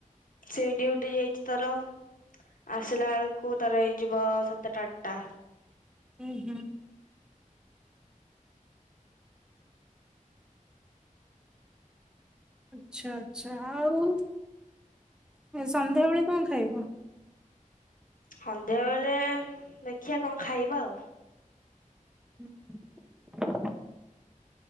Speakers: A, on the left; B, in the centre.
A: ସେ ଡଡିୁଟି ଯାଇଛି ତାର ଆସିଲା ବେଳକୁ ତାର ହେଇଯିବ ସାତଟା ଆଟା।
B: ଉ ହୁଁ। ଆଛା ଆଛା ଆଉ ସନ୍ଧ୍ୟାବେଳେ କଣ ଖାଇବ।
A: ସନ୍ଧ୍ୟା ବେଳେ ଦେଖିବା କଣ ଖାଇବା ଆଉ।
B: <unintelligible>